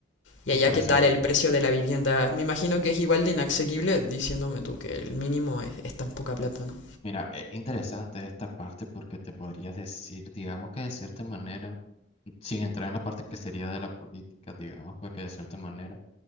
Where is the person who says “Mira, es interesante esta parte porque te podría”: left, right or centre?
Left